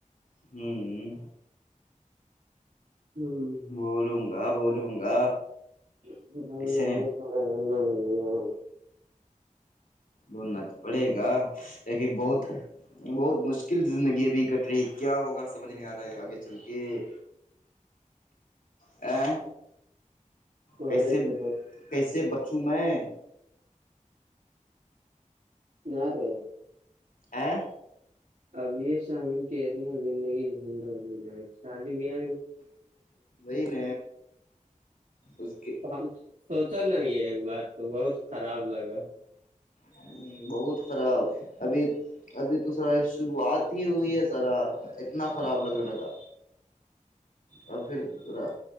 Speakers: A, on the left (about 80°); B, on the right (about 80°).
A: ہوں
B: ہ
A: بولوں گا بولوں گا
B: ہ
A: کسی نے بولنا تو پڑے گا لیکن بہت بہت مشکل زندگی بھیھی کٹ رہی ہے کیا ہوگا سمجھ نہیں آ رہا ہے آگے چل کے ا
B: وہی
A: کیسے
B: تو
A: کیسے بچوں میں
B: نہ رے
A: ا
B: ابھی یہ سا کی اتنا زندگی نند ہو ہے شادی بیا
A: وہی ن اس کے
B: <inaudible> سوچا نا یہ ایک بار تو بہت خراب لگا
A: ہ بہت خراب ابھی ابھی تو سرا شروعات ہی ہوئی ہے سذرا اتنا خراب لگنے لگا اور پھر ذا